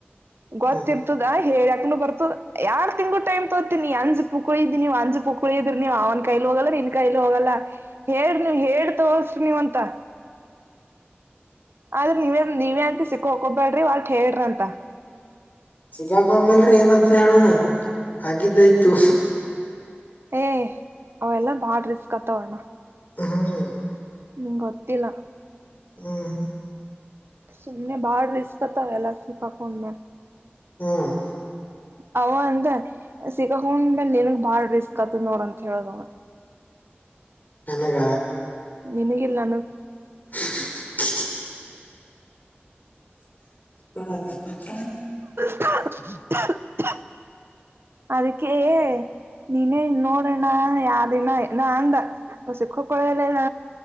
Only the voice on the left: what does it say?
ಹ್ಮ್
ಸಿಕ್ಕಾಕೊಂಡ್ಮೇಲ್ರಿ ಏನಂತ ಹೇಳ ಹಾಗಿದ್ದಾಯ್ತು.
ಹ್ಮ್
ಹ್ಮ ಹ
ಹ್ಮ್ಮ್
ನನಗ
<inaudible> ಹ್ಮ ಮತ್ತ್